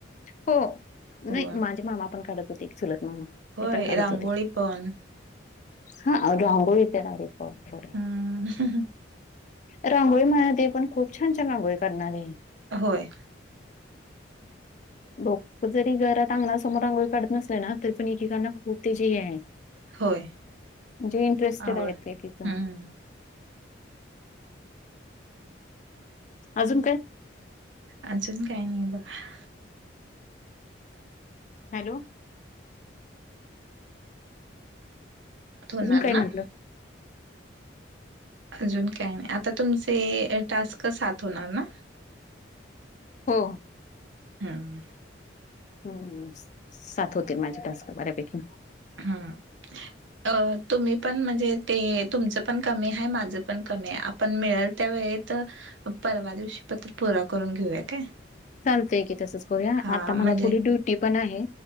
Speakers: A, on the left (about 40°); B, on the right (about 75°).
A: हो
B: होय
A: नाही माझे मामा पण काढत होते चूलत मामा.
B: होय
A: ते पण काढत
B: रांगोळी
A: होते
B: पण
A: हा रांगोळी तर <unintelligible>
B: हम्म.
A: रांगोळी म्हणाते पण खूप छान छान रांगोळी काढणारी
B: होय.
A: लोक जरी घरात समोर रांगोळी काढत ना तरी पण एकेकांना खूप त्याची हे आहे
B: होय
A: जे इंटरेस्टेड
B: आवड
A: आहे ते तिथं.
B: हम्म
A: अजून काय?
B: अजून काही नाही बघा.
A: हॅलो.
B: धूणार
A: अजून काय म्हटलं?
B: ना? अजून काही नाही आता तुमचे टास्क सात होणार ना?
A: हो.
B: हम.
A: हो हो सात होतील माझे टास्क बऱ्यापैकी
B: हम्म. अ तुम्ही पण म्हणजे ते तुमचं पण कमी आहे माझं पण कमी आहे आप पण मिळेल त्या वेळीेत परवा दिवशी पत्र पुरा करून घेऊया काय.
A: चालतं आहे की तसंच
B: हा
A: आता
B: म्हणजे
A: मला थोडी ड्युटी पन आहे.